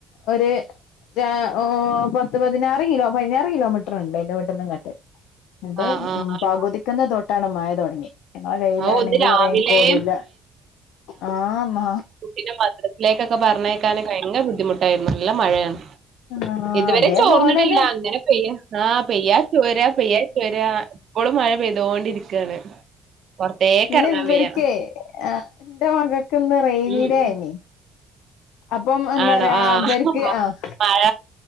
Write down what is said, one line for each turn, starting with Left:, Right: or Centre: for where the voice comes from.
Left: ഒരു ര ഓഹ് പത് ത്ത് പതിനാറ് കിലോ പതിനാറ് കിലോമീറ്ററ്ണ്ട് ഇന്റെ വീട്ടീന്ന് ഇങ്ങട്ട് ന്നട്ട്
Right: ആഹ് ആഹ്
Left: പകുതി ക്കന്ന് തൊട്ടാണ് മഴ തൊടങ്ങി ഞങ്ങളെ കയ്യിലാണെങ്കി
Right: ആഹ് ഇത് രാവിലെ
Left: റെയിൻ കോടുല്ല ആഹ് മ്മ
Right: പിന്നെ മദ്രസിലേക്കൊക്കെ പറഞ്ഞേയക്കാൻ ഭയങ്കര ബുദ്ധിമുട്ടായിരുന്നു നല്ല മഴയാണ്
Left: ആ
Right: ഇതുവരെ
Left: അതേപോലെന്നെ
Right: ചോർന്നിട്ടില്ല അങ്ങനെ പെയ്യ ആഹ് പെയ്യ ചോരാ പെയ്യ ചോരാ പ്പളും മഴ പെയ്തോണ്ടിരിക്കാണ് പൊറത്തേക്ക്
Left: ഇന്ന്
Right: എറങ്ങാൻ
Left: ഇവർക്കേ
Right: വയ്യ
Left: എന്റെ മകക്ക് ഇന്ന് റെയ്നി
Right: ഉം
Left: ഡേ അയിനി അപ്പം എന്താ
Right: ആണോ?
Left: പറയാ
Right: ആഹ്.
Left: ഇവർക്ക് ആഹ്
Right: മഴ